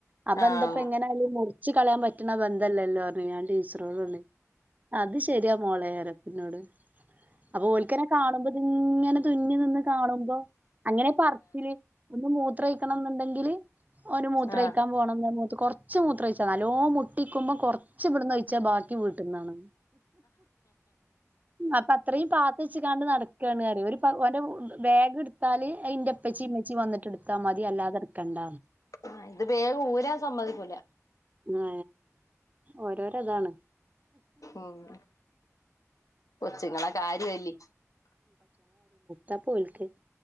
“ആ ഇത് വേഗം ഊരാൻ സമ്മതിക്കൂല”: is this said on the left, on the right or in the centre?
Left